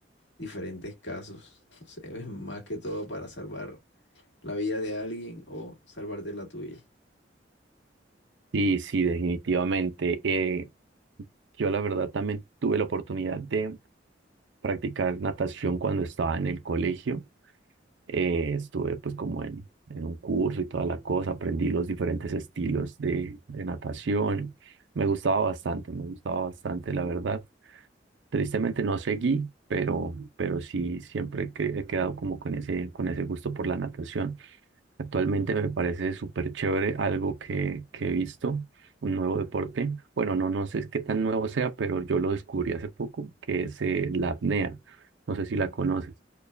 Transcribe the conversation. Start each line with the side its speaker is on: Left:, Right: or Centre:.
Left: diferentes casos, no sé, <laughs> más que todo para salvar la vida de alguien o salvarte la tuya.
Right: sí, sí, definitivamente. Eh, yo la verdad también tuve la oportunidad de practicar natación cuando estaba en el colegio. Eh, estuve pues como en, en un curso y toda la cosa, aprendí los diferentes estilos de, de natación. Me gustaba bastante, me gustaba bastante, la verdad. Tristemente no seguí, pero, pero sí siempre que- he quedado como con ese, con ese gusto por la natación. Actualmente me parece súper chévere algo que, que he visto, un nuevo deporte. Bueno, no, no sé qué tan nuevo sea, pero yo lo descubrí hace poco, que es eh, la apnea. No sé si la conoces,